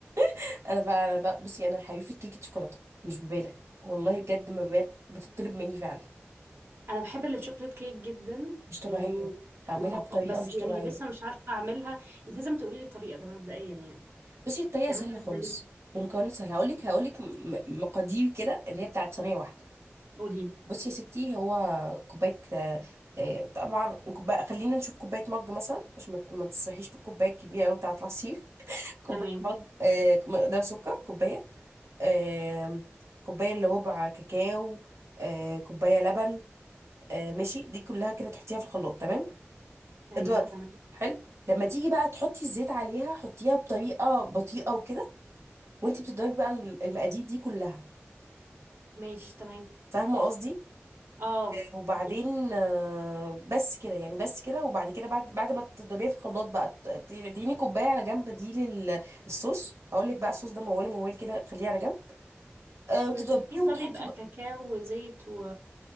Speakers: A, on the right; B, on the right.
A: <laughs> انا بقى انا بقى بصي انا حبيبتي كيكه شوكولاته مش ببالغ والله بجد ما ببالغ بتطلب مني فعلا
B: انا بحب الشوكليت كيك جدا
A: مش طبيعيه
B: يعني
A: بعملها
B: أم-
A: بطريقه
B: بس
A: مش
B: يعني
A: طبيعيه
B: لسه مش عارفه اعملها انت لازم تقولي لي الطريقه ده مبدئيا يعني
A: بصي الطريقه
B: تعملها
A: سهله خالص
B: ازاي
A: ومكونات سهله هقولك هقولك م- م- مقادير كده اللي هي بتاعت صينيه واحده
B: قولي لي
A: بصي يا ستي هو كوباية آه، آه، طبعا كوباية خلينا نشوف كوباية مج مثلا عشان ما ما تسرحيش في الكوباية الكبيرة أوي بتاعة العصير <laughs> كوباية
B: تمام
A: مج آه، مقدار سكر كوباية آم، كوباية إلا ربع كاكاو آه، كوباية لبن آه، ماشي دي كلها كده تحطيها في الخلاط تمام
B: ايوه
A: اضربي
B: تمام
A: حلو لما تيجي بقى تحطي الزيت عليها حطيها بطريقة بطيئة وكده وانتي بتضربي بقى الم- المقادير دي كلها
B: ماشي تمام
A: فاهمة قصدي
B: اه
A: وبعدين
B: فهماكي.
A: آه، بس كده يعني بس كده وبعد كده بعد بعد ما تضربيها في الخلاط بقى ت- ت- اديني كوبايه على جنب دي للصوص هقول لك بقى الصوص ده موال موال كده خليه على جنب أه
B: مش
A: وتضربيه
B: الصوص
A: وتحطي
B: ده بيبقى
A: بقى
B: كاكاو وزيت و...